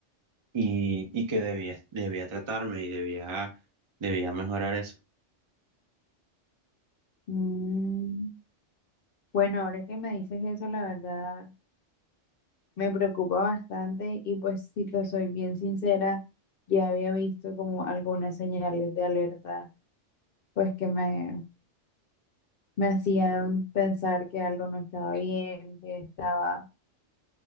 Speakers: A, on the right; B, on the left.
A: y, y que debía, debía tratarme y debía, debía mejorar eso.
B: Mm. Bueno, ahora que me dices eso, la verdad me preocupa bastante y pues si te soy bien sincera, ya había visto como algunas señales de alerta, pues que me, me hacían pensar que algo no estaba bien, que estaba